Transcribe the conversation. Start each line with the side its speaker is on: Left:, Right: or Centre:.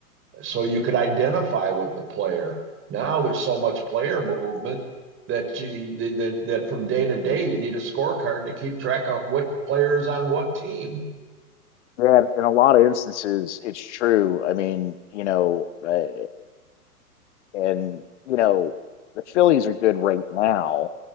Right: so you could identify with the player. Now there's so much player movement that you that that, from day to day you need a scorecard to keep track of what player is on what team.
Left: Yeah, in a lot of instances, it's true. I mean, you know, uh, and you know, the Phillies are good right now.